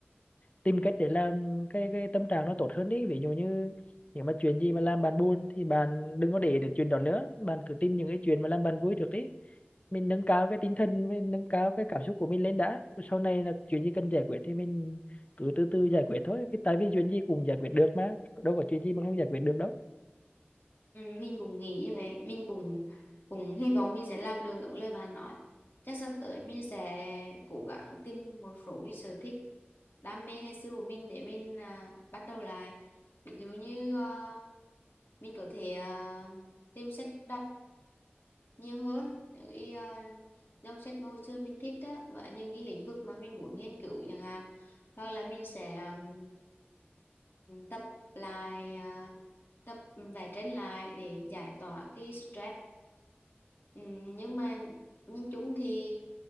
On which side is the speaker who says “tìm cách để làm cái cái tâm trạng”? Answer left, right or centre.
Left